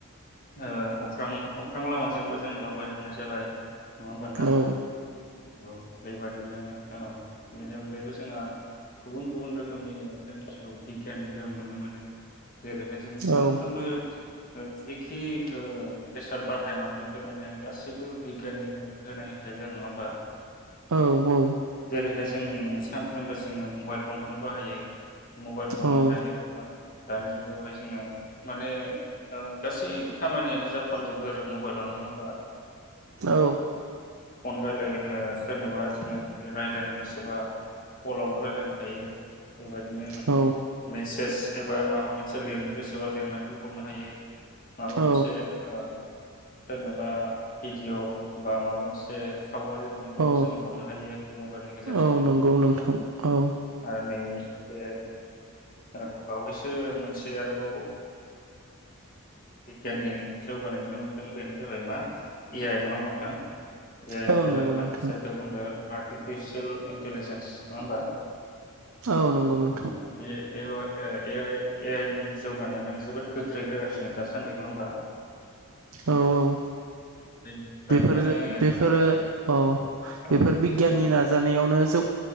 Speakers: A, on the left; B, on the right.
A: ओ अख्रां अख्रां लामाजोंबो जोङो दावबायनो हानाय जाबाय नङा होमबा नोंथां
B: औ
A: औ बेबादिनो ओ बेनि अनगायैबो जोङा गुबुन गुबुन रोखोमनि जोंनि जिउ बिगियाननि गोहोम नुनो मोनो जेरैहाय जों सानफ्रोमबो
B: औ
A: ओ जिखि ओ बेसाद बाहाया मानो बेफोर माने गासैबो बिगियाननिनो होनाय होनजायो आरो नङा ओमबा
B: औ-औ
A: जेरैहाय जोंनि सानफ्रोमबो जोङो मबाइल फनखोनो बाहायो मबाइल फनावहाय
B: औ
A: ओ दानि जुगावहाय जोङो माने ओ गासै खामानियानो जाफ्रामजोबो आरो मबाइलावनो नङा ओमबा
B: औ
A: फन रायलाय ओ सोरनोबा जोङो जुदि रायजलायनो गोसोबा कलावबो रायलायनो हायो बेबायदिनो
B: औ
A: मेस <unintelligible> एबा माबा मोनसे लिरनो गोसोबा लिरनानैबो हरनो हायो माबा
B: औ
A: मोनसे ओ सोरनोेबा भिडिअ बा माबा मोनसे सावगारि हरनोबाबो
B: औ
A: जोङो हरनो हायो मबाइलनि गेजेरजोंनो
B: औ नंगौ नोंथां
A: <unintelligible>
B: औ
A: आरो नै बे ओ बावैसो मोनसे आरोबाव ओ बिगियाननि जौगानाय नुनो मोनदों बेनो जाबाय मा ए आइ नङा ओमबा नोंथां? ए आइ
B: औ
A: नो जाबाय
B: नंगौ
A: मा <unintelligible>
B: नोंथां
A: आर्टिफिसियेल इन्टलिजेन्स नङा ओमबा
B: औ नंगौ नोंथां
A: ओ बे एवाय ए ए आइ ए आइ नि जौगानाया माने जोबोद गोख्रै जागासि नो दासान्दि नङा ओमबा
B: औ औ
A: निफ्रायनो
B: बेफोर
A: माने
B: बेफोरो
A: ओ,
B: औ
A: औ
B: बेफोर बिगियाननि
A: माने
B: नाजानायावनो जौ